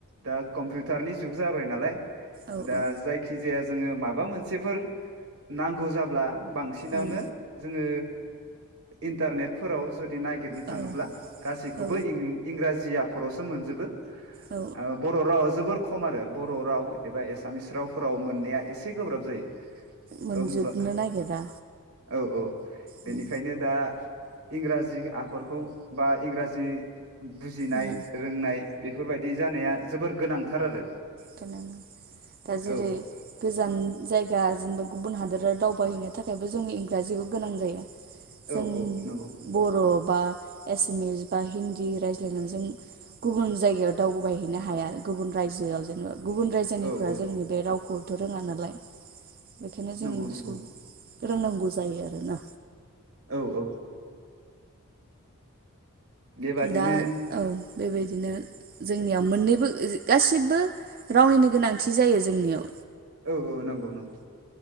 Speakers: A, on the right; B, on the right.
A: दा कम्पिउटारनि जुग जाबाय नालाय
B: औ
A: दा
B: औ
A: जायखि जोङो माबा मोनसेफोर नांगौ जाब्ला बांसिनावनो
B: उम
A: जोङो इन्टारनेटफोराव जुदि नागिरनो थाङोब्ला
B: औ
A: गासैखौबो
B: औ
A: आं इंराजि आख खर'सो मोनजोबो।
B: औ
A: ओ बर' रावा जोबोर। खम आरो बर' राव एबा एसामिस रावफोर। आव मोननाया एसे गोब्राब जायो।
B: मोनजोबनो
A: होनबा
B: नागिरा
A: औ औ बेनिखायनो
B: उम
A: दा। इंराजि आखरखौ बा इंराजि। बुजिनाय
B: उम
A: रोंनाय बेफ फोरबायदि जानाया जोबोर गोनांथार आरो।
B: गोनां दा जेरै
A: औ
B: गोजान जायगा जेनेबा गुबुन हादोराव दाव बोहैनो थाखायबो जोंङो इंराजिखौ गोनां जायो। जों
A: औ औ नंगौ
B: बर' बा। एसामिस बा हिन्दी रायज्लायनानै जों गुबुन जायगायाव दावबोबायहैनो हाया गुबुन रायजोआव जोङो। गुबुन रायजोनिफ्रा
A: औ औ
B: जोंनि बे रावखो थ रोङा नालाय। बेखायनो
A: नंगौ
B: जों इंलिसखौ।
A: नंगौ
B: फोरोंनांगौ जायो आरोना।
A: औ औ। बेबादिनो
B: दा औ। बेबायदिनो जोंनियाव मोननैबो ओ गासिबो रावनिनो गोनांथि जायो जोंनियाव
A: औ औ नंगौ नंगौ।